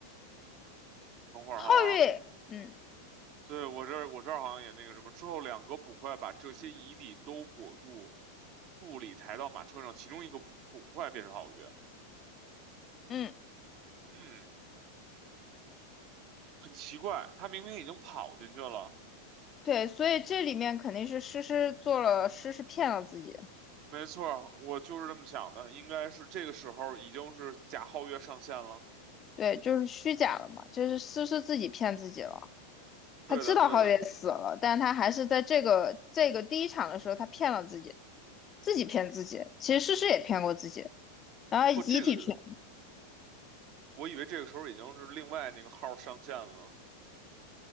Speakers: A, on the right (about 40°); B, on the left (about 25°).
A: 等会儿哈，
B: 皓月，嗯
A: 对，我这儿我这儿好像也那个什么，之后两个捕快把这些遗体都裹入布里，抬到马车上，其中一个捕快变成皓月。
B: 嗯，
A: 嗯，很奇怪，他明明已经跑进去了。
B: 对，所以这里面肯定是诗诗做了，诗诗骗了自己，
A: 没错儿，我就是这么想的，应该是这个时候已经是贾皓月上线了。
B: 对，就是虚假了嘛，就是诗诗自己骗自己了。他知道皓月死了，
A: 对的，对的，
B: 但他还是在这个这个第一场的时候，他骗了自己，自己骗自己。其实诗诗也骗过自己，然后遗体全
A: 不，这个我以为这个时候已经是另外那个号上线了